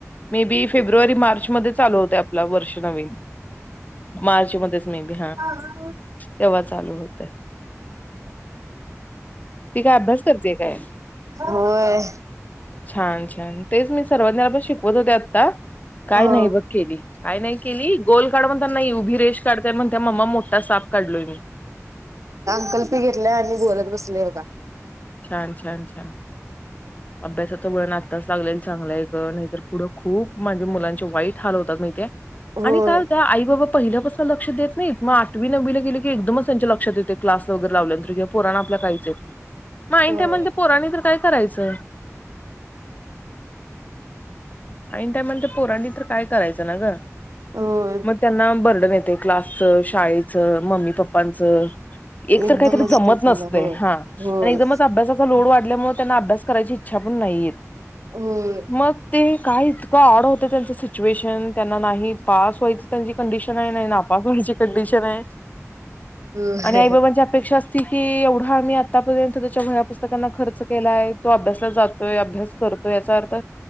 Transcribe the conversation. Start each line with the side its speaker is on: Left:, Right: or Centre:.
Left: नेहमी फेब्रुवारी मार्चमध्ये चालू होते आपलं वर्ष नवीन मार्चमध्ये नेहमी
Right: ह हा
Left: तेव्हा चालू होत. ती काय अभ्यास करतेय काय.
Right: होय होय होय
Left: छान छान तेच मी सर्वज्ञाला पण शिकवल. मध्ये आता काय
Right: हो
Left: नाही बघ केली काय नाही केली गोल काढ म्हणतांना नाही उभी रेष काढते. त्या मम्मा मोठा साप काढलोय मी.
Right: अंकलपी घेतलाय आणि बोलत बसले बघा.
Left: छान छान छान अभ्यासाच वळण आत्ताच लागलेल चांगलंय, नाहीत. पुढं खूप म्हणजे मुलांचे वाईट हाल होतात माहीत ते
Right: होय
Left: आणि काय होत आई- बाबा पहिल्यापासून लक्ष देत नाहीत. मग आठवी नववीला गेले की एकमच त्यांच्या लक्षात येते की, क्लासला वैगेरे लावल्या नंतर, पुराण आपलं काही चेत नाही मग ऐन
Right: होय
Left: टाइमला त्या पोरांनी तर काय करायचं. ऐन टायमला पोरांनी तर काय करायचं ना ग
Right: होय
Left: मग त्यांना बर्डन येते. क्लासच, शाळेचं, मम्मी, पप्पांचं एक
Right: एकदमच
Left: तर काहीतरी जमत
Right: डोक्याला
Left: नसते
Right: होय
Left: हा
Right: होय
Left: आणि एकदमच अभ्यासाचा लोड वाट मुळे त्यांना अभ्यास करायची इच्छा पण नाही येत.
Right: होय
Left: मग ती काय इतकं ऑड होतं. त्यांचं सिच्युएशन त्यांना नाही पास व्हायचं त्यांची कंडिशन आहे नाही नापास व्हायचं. ची कंडिशन आहे.
Right: होय
Left: आणि आई बाबांची अपेक्षा असती की एवढा आम्ही आतापर्यंत त्याच्या वया पुस्तकांना खर्च केलाय तो अभ्यासला जातोय अभ्यास करतोय याचा अर्थ